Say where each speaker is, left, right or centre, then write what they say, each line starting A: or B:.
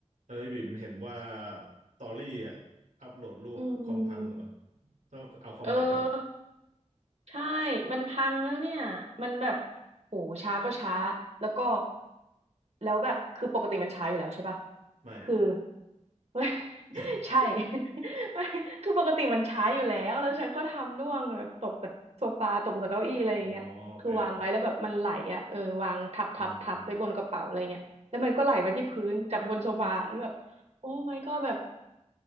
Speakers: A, on the right (about 85°); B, on the right (about 60°).
A: เฮ้ยบิ่มเห็นว่าตอรี่อ่ะอัปโหลดรูปคอมพังเหรอ
B: อืม
A: ต้องเอาคอมใหม่ปะ
B: เออใช่มันพังแล้วเนี่ยมันแบบโหช้าก็ช้าแล้วก็แล้วแบบคือปกติมันช้าอยู่แล้วใช่ปะ
A: ไม่
B: คือ <laughs>
A: <laughs>
B: ใช่ <laughs> ไม่คือปกติมันช้าอยู่แล้วแล้วฉันก็ทำร่วงแบบตกจากโซฟาตกจากเก้าอี้อะไรอย่างเงี้ยคือวางไว้แล้วแบบมันไหลอ่ะเออวางทับทับทับไว้บนกระเป๋าอะไรเงี้ยแล้วมันก็ไหลไปที่พื้นจากบนโซฟาแล้วแบบโอ้
A: อ๋อโอเคอืม
B: my god แบบ